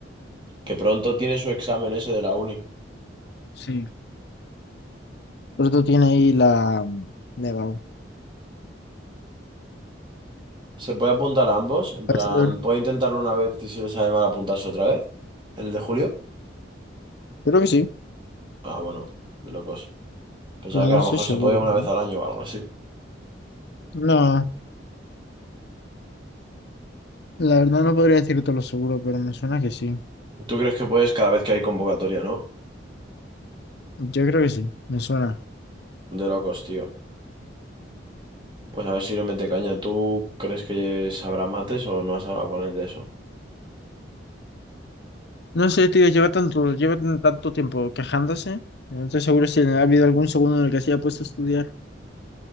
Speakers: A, on the right; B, on the left.
A: Que pronto tiene su examen ese de la uni.
B: Sí. Pero tiene ahí la Nevado.
A: ¿Se puede apuntar a ambos? En
B: Bachelor.
A: plan, ¿puede intentarlo una vez y si le sale mal apuntarse otra vez? ¿El de julio?
B: Creo que sí,
A: Ah, bueno, de locos. Pensaba
B: pero
A: que
B: no
A: a lo
B: estoy
A: mejor
B: seguro,
A: se podía una
B: ¿no?
A: vez al año o algo así.
B: No, la verdad no podría decirte lo seguro, pero me suena que sí.
A: ¿Tú crees que puedes cada vez que hay convocatoria, no?
B: Yo creo que sí, me suena.
A: De locos, tío. Pues a ver si le mete caña. ¿Tú crees que sabrá mates o no has hablado con él de eso?
B: No sé, tío, lleva tanto, lleva tan- tanto tiempo quejándose. No estoy seguro si ha habido algún segundo en el que se haya puesto a estudiar.